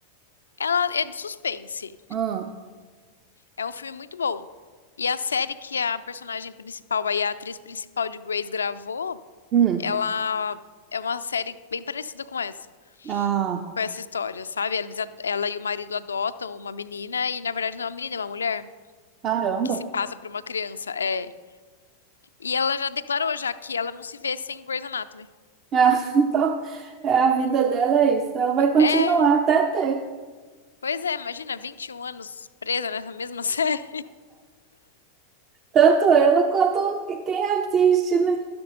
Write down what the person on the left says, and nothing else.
Ela é de suspense.
É um filme muito bom. E a série que a personagem principal, aí a atriz principal de Grace gravou,
ela é uma série bem parecida com essa,
com essa história, sabe? Eles a- Ela e o marido adotam uma menina e na verdade não é uma menina, é uma mulher
que se passa por uma criança. É. E ela já declarou já que ela não se vê sem Grey's Anatomy.
É.
Pois é, imagina 21 anos presa nessa mesma <laughs> série.